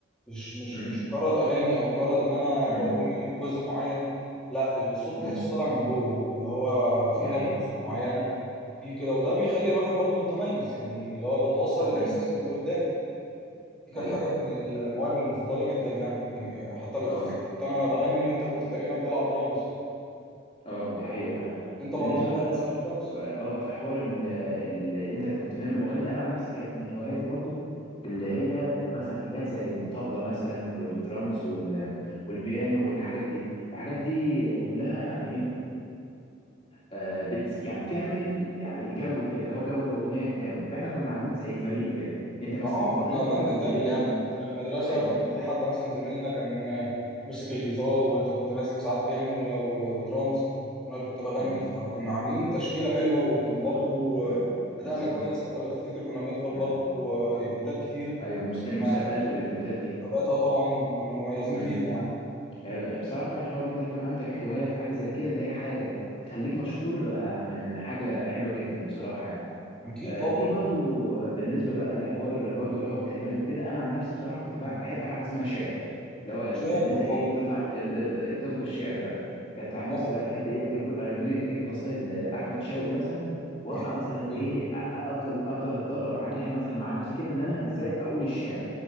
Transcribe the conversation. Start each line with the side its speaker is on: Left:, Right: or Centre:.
Centre: مش مش
Left: مم.
Centre: مش مجرد اغاني او مجرد ان انا
Left: مم.
Centre: بقول جزء معين لا الصوت
Left: مم.
Centre: تحسه طالع من جوه اللي هو في
Left: ودي
Centre: نبره
Left: حقيقة
Centre: صوت معينه في كده وده بيخلي الواحد برضه متميز يعني اللي هو بتوصل الاحساس
Left: مم.
Centre: اللي قدامك دي كانت
Left: ايوه
Centre: حاجة من المواهب المفضلة جدا يعني حتى لو
Left: اه
Centre: تفتكر كنت أنا بغني وأنت كنت
Left: مم.
Centre: تقريبا بتلعب درامز
Left: اه دي حقيقة فعلا
Centre: أنت
Left: بالنسبة
Centre: برضو مميز
Left: بقى برضو
Centre: في الدرامز
Left: اه في حوار ال ال انت كنت دايما مغني انا عن نفسي كانت من هواياتي برضو اللي هي ال- مثلا حاجات زي الطبلة مثلا والدرامز وال والبيانو والحاجات دي الحاجات دي كلها يعني إيه آه، بت يعني بتعمل يعني جو كده اللي هو جو الاغنيه الكامل فاحنا كنا عاملين زي فريق كده
Centre: كنا
Left: انت مثلا
Centre: آه
Left: اللي
Centre: كنا
Left: بتغني
Centre: باند
Left: وانا اللي
Centre: كامل
Left: ايه
Centre: يعني
Left: ال-
Centre: في المدرسة
Left: ايوه
Centre: كان في حد مثلا زميلنا كان ماسك الجيتار وأنت كنت ماسك ساعات بيانو و- و- ودرامز وأنا اللي كنت بغني
Left: مم.
Centre: فكنا عاملين تشكيلة حلوة وكان برضو
Left: ب...
Centre: أدائنا
Left: بالظبط
Centre: كويس حتى لو تفتكر كنا بندخل برضو
Left: مم.
Centre: إيفنتات كتير
Left: ايوه المس... المسابقات
Centre: كنا
Left: والايفنتات دي
Centre: مسابقات أه طبعا كنا مميزين
Left: مم.
Centre: فيها يعني
Left: آه، بصراحه فعلا حوار ان انت يكون عندك هوايه في حاجه زي كده اللي هي حاجه تخليك مشهور آه، من حاجه حلوه جدا بصراحه يعني
Centre: أكيد
Left: آه،
Centre: طبعا
Left: في برضو بالنسبه بقى لحوار برضو اللي هو الكلمات وكده انا عن نفسي بصراحه كنت بح- بحب حاجه اسمها شعر اللي هو ال-
Centre: شاب
Left: ان انت
Centre: أه
Left: ايه
Centre: طبعا
Left: تطلع ال- ال- تلقي الشعر بقى كنت عن نفسي
Centre: طبعا
Left: بقى بحب ايه اجيب اجيب, أجيب قصايد لاحمد شوقي مثلا واطلع
Centre: أحمد
Left: مثلا ايه
Centre: إيه؟
Left: أ- أ- افضل افضل اتدرب عليها مثلا مع نفسي كده ان انا ازاي اقول الشعر